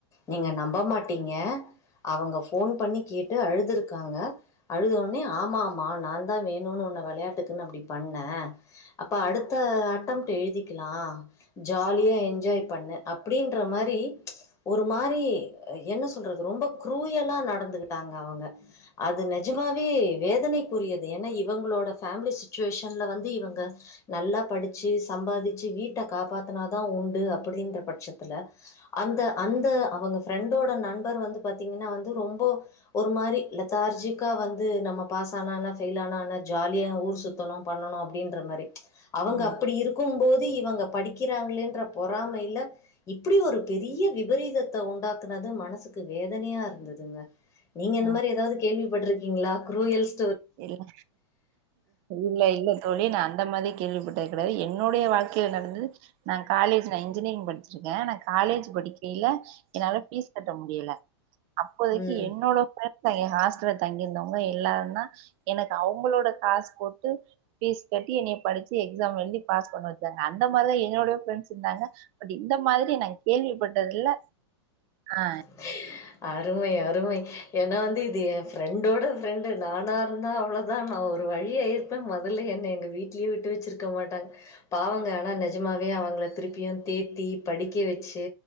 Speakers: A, on the left (about 20°); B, on the right (about 40°).
A: நீங்க நம்ப மாட்டீங்க அவங்க ஃபோன் பண்ணி கேட்டு அழுதுருக்காங்க அழுதோனே ஆமாமா நா தா வேணுன்னு ஒன்ன வெளயாட்டுக்குன் அப்டி பண்ணே அப்ப அடுத்த அட்டம்ட்டு எழுதிக்லா ஜாலியா என்ஜாய் பண்ணு அப்டின்ற மாரி ஒரு மாரி என்ன சொல்றது ரொம்ப க்ருயலா நடந்துகி ட்டாங்க அவங்க அது நெஜமாவே வேதனைக்குரியது ஏனா இவங்களோட ஃபேம்லி சுச்சுவேஷன்ல வந்து இவங்க நல்லா படிச்சு சம்பாதிச்சு வீட்ட காப்பாத்துனாதா உண்டு அப்டின்ற பட்சத்துல அந்த அந்த அவங்க ஃப்ரெண்டோட நண்பர் வந்து பாத்தீங்கன்னா வந்து ரொம்போ ஒரு மாரி லதார்ஜிக்கா வந்து நம்ம பாஸ்ஸானா என்ன ஃபெயில்லானா என்ன ஜாலியா ஊர் சுத்தணு பண்ணணு அப்டின்ற மாரி அவங்க
B: ம்
A: அப்டி இரு க்கும்போது இவங்க படிக்கிறாங்ளேன்ற பொறாமைல இப்டி ஒரு பெரிய விபரீதத்த உண்டாக்குனது மனசுக்கு வேதனயாருந்ததுங்க நீங்க இந்த
B: ம்
A: மாரி எதாவ்து கேள்விப்பட்ருக்கீங்ளா க்ரூயல்ஸ்
B: இல்ல இல்ல இல்ல தோழி நா அந்த மாரி கேள்விப்பட்டது கெடயாது என்னுடைய வாழ்க்கைல நடந்தது நா காலேஜ் நா இன்ஜினியரிங் படிச்சிருக்கே நா காலேஜ் படிக்கைல என்னால ஃபீஸ் கட்ட முடியல அப்போதைக்கி
A: ம்
B: என்னோட ஃப்ரெண்ட்ஸ் எ ஹாஸ்டல்ல தங்கியிருந்தவங்க எல்லாரு தா எனக்கு அவுங்களோட காசு போட்டு ஃபீஸ் கட்டி என்னய படிச்சு எக்ஸாம் எழுதி பாஸ் பண்ண வச்சாங்க அந்த மாரிதா எங்களோட ஃப்ரெண்ட்ஸ் இந்தாங்க அப்படி இந்த மாதிரி நா கேள்விப்பட்டது இல்ல ஆ
A: <inaudible> அருமை அருமை ஏனா வந்து இது எ ஃப்ரெண்டோட ஃப்ரெண்டு நானாருந்தா அவ்ளோ ஆமா ஒரு வழி ஆயிருப்பே முதல்ல என்ன எங்க வீட்லயு விட்டு வச்சிருக்க மாட்டாங்க பாவங்க ஆனா நிஜமாவே அவங்கள திருப்பியு தேத்தி படிக்க வச்சு